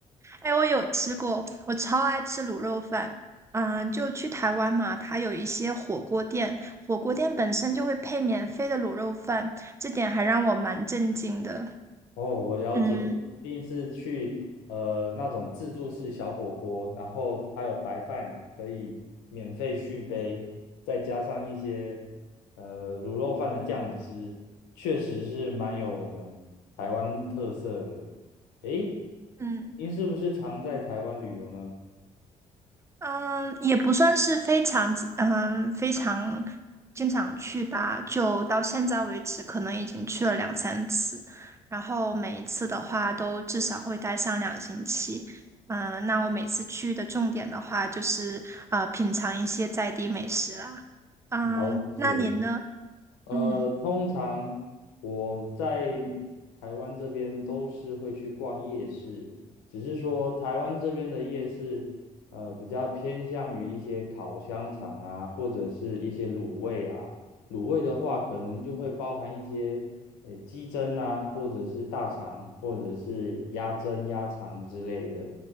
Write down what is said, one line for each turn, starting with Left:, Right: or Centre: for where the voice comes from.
Right: 哎，我有吃过，我超爱吃卤肉饭。嗯，就去台湾嘛，它有一些火锅店，火锅店本身就会配免费的卤肉饭，这点还让我蛮震惊的。
Left: 哦，我了解，
Right: 嗯
Left: 一定是去呃那种自助式小火锅，然后它有白饭可以免费续杯，再加上一些呃卤肉饭的酱汁，确实是蛮有我们台湾特色的。诶，
Right: 嗯。
Left: 您是不是常在台湾旅游呢？
Right: 嗯，也不算是非常，嗯，非常经常去吧。就到现在为止，可能已经去了两三次，然后每一次的话都至少会待上两星期。嗯，那我每次去的重点的话，就是呃，品尝一些在地美食啦。嗯，
Left: 了解。
Right: 那您呢？
Left: 呃，
Right: 嗯。
Left: 通常我在台湾这边都是会去逛夜市，只是说台湾这边的夜市，呃，比较偏向于一些烤香肠啊，或者是一些卤味啊。卤味的话，可能就会包含一些，呃，鸡胗啊，或者是大肠，或者是鸭胗、鸭肠之类的。